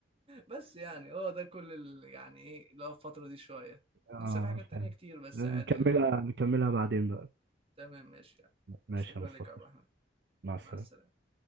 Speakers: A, on the right (about 30°); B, on the right (about 60°).
A: بس يعني هو ده كل ال... يعني ايه اللي هو الفترة دي شوية
B: اه
A: لسه في حاجات تانية
B: فاهم
A: كتير بس
B: نكملها
A: عادي يعني
B: نكملها بعدين بقى
A: تمام ماشي يعني
B: ماشي
A: شكرا
B: يا مصطفى
A: لك يا عبد الرحمن
B: مع
A: مع
B: السلامة
A: السلامة